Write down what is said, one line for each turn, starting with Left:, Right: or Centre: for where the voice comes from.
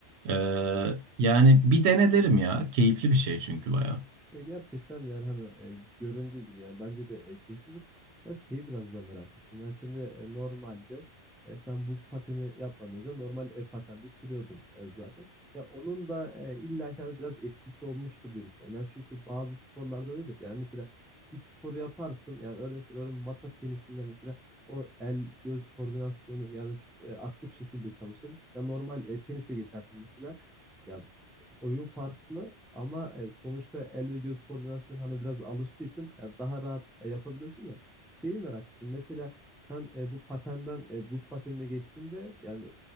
Right: Ee, yani bir dene derim ya keyifli bir şey çünkü bayağı.
Centre: E, gerçekten yani hani e, göründüğü gibi yani bence de e, keyiflidir. Ya şeyi biraz da merak ettim. Yani şimdi e, normalde e, sen buz pateni yapmadan önce normal e, patende sürüyordun e, zaten. Ya onun da e, illa ki hani biraz etkisi olmuştur diye düşünüyorum. Yani çünkü bazı sporlarda öyledir. Yani mesela bir sporu yaparsın. Yani örnek veriyorum masa tenisinde mesela o el göz koordinasyonu yani çok e, aktif şekilde çalışır. Ya normal e, tenise geçersin mesela. Ya oyun farklı ama e, sonuçta el ve göz koordinasyonu hani biraz alıştığı için e, daha rahat e, yapabiliyorsun ya. Şeyi merak ettim. Mesela sen e, bu patenden e, buz patenine geçtiğinde yani